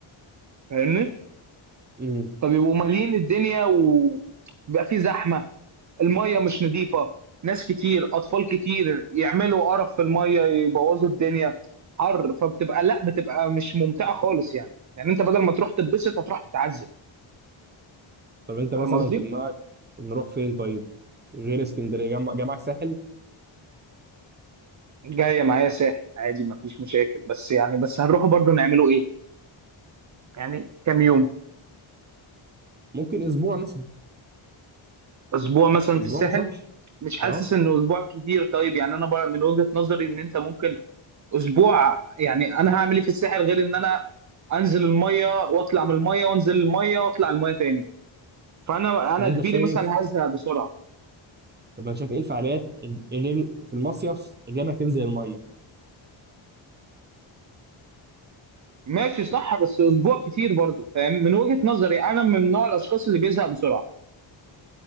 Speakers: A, on the right (about 40°); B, on the right (about 20°).
A: فاهمني؟
B: امم
A: فبيبقوا مالين الدنيا وبيبقى في زحمه المية مش نظيفة ناس كتير أطفال كتير يعملوا قرف في المية يبوظوا الدنيا حر فبتبقى لا بتبقى مش ممتعة خالص يعني يعني أنت بدل ما تروح تتبسط هتروح تتعذب
B: طب انت مثلا
A: فاهم قصدي؟
B: في دماغك نروح فين طيب غير اسكندريه جمع جمعك ساحل
A: جاية معايا ساحل عادي مفيش مشاكل بس يعني بس هنروح برضو نعمله إيه؟ يعني كام يوم
B: ممكن اسبوع مثلا
A: أسبوع مثلا
B: اسبوع
A: في الساحل
B: مش وحش
A: مش حاسس
B: اه
A: إنه أسبوع كتير طيب يعني أنا بقى من وجهة نظري إن أنت ممكن أسبوع يعني أنا هعمل إيه في الساحل غير إن أنا انزل الميه واطلع من الميه وانزل الميه واطلع الميه تاني فانا
B: طب
A: انا
B: انت
A: كبيري
B: شايف
A: مثلا هزهق بسرعه
B: طب انت شايف ايه الفعاليات غير في المصيف غير انك تنزل الميه
A: ماشي صح بس اسبوع كتير برضو فاهم من وجهه نظري انا من نوع الاشخاص اللي بيزهق بسرعه